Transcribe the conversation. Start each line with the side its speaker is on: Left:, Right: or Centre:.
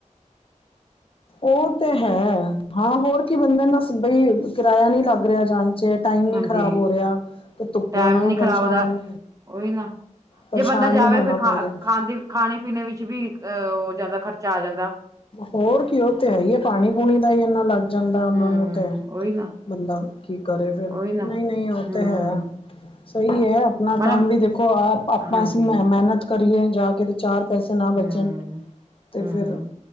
Left: ਉਹ ਤੇ ਹੈ, ਹਾਂ ਹੋਰ ਕੀ ਬੰਦੇ ਨਾ ਬਈ ਕਿਰਾਇਆ ਨਹੀਂ ਲੱਗ ਰਿਹਾ ਜਾਣ ਚ ਟਾਈਮ ਨੀ
Right: ਹਾਂਜੀ
Left: ਖ਼ਰਾਬ ਹੋ ਰਿਹਾ, ਤੇ ਤੁੁੱਪੇ
Right: ਟੈਮ
Left: ਉਹਨਾ ਨੂੰ
Right: ਨੀ
Left: ਪਰੇਸ਼ਾਨ
Right: ਖ਼ਰਾਬ ਹੁੰਦਾ ਉਹੀ ਨਾ
Left: ਪਰੇਸ਼ਾਨ
Right: ਜੇ ਬੰਦਾ ਜਾਵੇ
Left: ਨਹੀਂ ਹੋਣਾ
Right: ਫਿਰ ਖਾ
Left: ਪੈਜੇ।
Right: ਖਾਣ ਦੇ ਖਾਣੇ ਪੀਣੇ ਵਿੱਚ ਵੀ ਅਹ ਔ ਜਾਂਦਾ ਖਰਚਾ ਆ ਜਾਂਦਾ।
Left: ਹੋਰ ਕਿ ਉਹ ਤੇ ਹੈ ਹੀ ਹੈ, ਪਾਣੀ ਪੂਣੀ ਦਾ ਹੀ ਇਨਾ ਲੱਗ ਜਾਂਦਾ ਉਹਨਾਂ
Right: ਹੂੰ
Left: ਨੂੰ ਤੇ।
Right: ਉਹੀ ਨਾ
Left: ਬੰਦਾ ਕੀ ਕਰੇ ਫਿਰ ਨਹੀਂ-ਨਹੀਂ
Right: ਉਹੀ ਨਾ
Left: ਉਹ
Right: ਹੂੰ
Left: ਤੇ ਹੈ, ਸਹੀ ਹੈ। ਆਪਣਾ
Right: ਮਤਲਬ
Left: ਕੰਮ ਵੀ ਦੇਖੋ, ਆਪ ਆਪਾਂ
Right: ਹਾਂਜੀ
Left: ਅਸੀਂ ਮੈ ਮੇਨਤ ਕਰੀਏ ਜਾ ਕੇ ਤੇ ਚਾਰ ਪੈਸੇ ਨਾ
Right: ਹੂੰ
Left: ਬਚਣ ਅਤੇ
Right: ਹੂੰ,
Left: ਫਿਰ